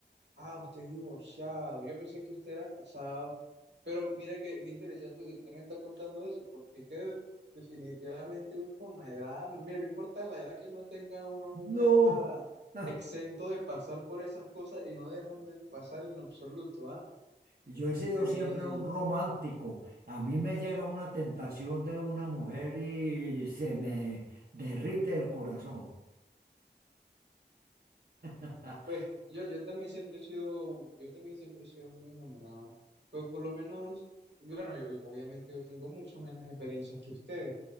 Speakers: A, on the right; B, on the right.
A: Ah, usted es divorciado. Yo pensé que usted era casado. Pero mira qué, qué interesante que usted me está contando eso, porque es que definitivamente con la edad, mira, no importa la edad que uno tenga, uno nunca
B: No.
A: está
B: <laughs>
A: exento de pasar por esas cosas y no dejan de pasar en absoluto, ¿ah?
B: Yo
A: Increíble.
B: he sido siempre un romántico. A mí me llega una tentación de una mujer y se me derrite el corazón. <laughs>
A: Pues yo, yo también siempre he sido, yo también siempre he sido muy enamorado. Pues por lo menos, bueno, yo, yo- obviamente yo tengo mucho menos experiencias que ustedes.